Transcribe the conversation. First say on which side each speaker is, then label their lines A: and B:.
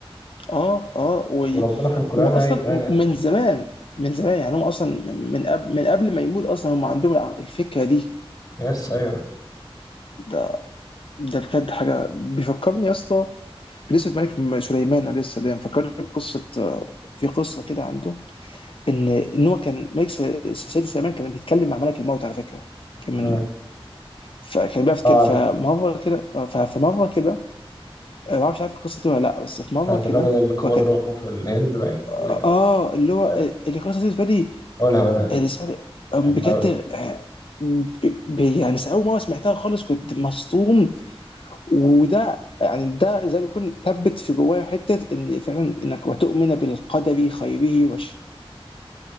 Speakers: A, on the left (about 60°); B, on the left (about 35°).
A: اه اه و...
B: وربنا في القرآن
A: واصلا
B: قايل الآية
A: من زمان من زمان يعني هم اصلا من من قبل من قبل ما يموت اصلا هم عندهم الع- الفكره دي
B: يس أيوه
A: ده ده بجد حاجه بيفكرني يا اسطى بنسبة ملك م- سليمان عليه السلام فكرني بقصة آه، في قصة كده عنده إن إن هو كان ملك سل- سيدنا سليمان كان بيتكلم مع ملك الموت على فكرة كان
B: أه
A: من فكان بيعرف يتكلم-
B: آه، عارف
A: فمرة كده آه، ف- فمرة كده آه، ما أعرفش عارف القصة دي ولا لأ بس في مرة
B: بتاعت
A: كده
B: الراجل اللي قبض
A: هو كان
B: روحه في الهند باين زي
A: آه
B: كده
A: آه، اللي هو آه،
B: يس
A: اللي قصة دي بالنسبة لي
B: قولها قولها
A: آه، لسه- آه، بجد
B: بحبها أوي.
A: آه، ب- ب- يعني أول مرة سمعتها خالص كنت مصدوم وده يعني ده زي ما بيكون ثبت في جوايا حته ان فعلا انك وتؤمن بالقدر خيره وشره